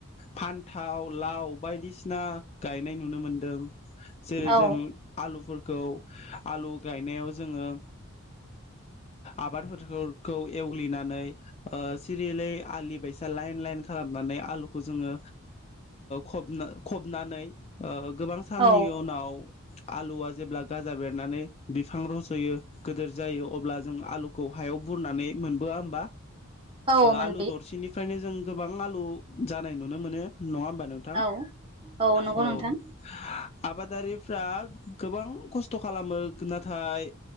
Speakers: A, on the left; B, on the right.
A: फान्थाव, लाव बायदिसिना गायनाय नुनो मोनदों। जेरै
B: औ
A: जों आलु <unintelligible> आलु गायनायाव जोङो आबादफोरखौ एवग्लिनानै सिरिलै आलि बायसा लाइन लाइन खालामनानै आलुखौ जोङो खब ओ फबनानै साननि
B: औ
A: उनाव आलुआ जेब्ला गाजा बेरनानै बिफां रज'यो गोदोर जायो अब्ला जों आलुखौ हायाव बुरनानै मोनबोआ होमबा?
B: औ मोनबोयो
A: आलु दरसिनि फ्रायनो जों गोबां आलु जानाय नुनो मोनो। नङा होमबा नोंथां?
B: औ नंगौ
A: औ।
B: नोंथां
A: आबादा रिफ्रा गोबां खस्थ' खालामो नाथाय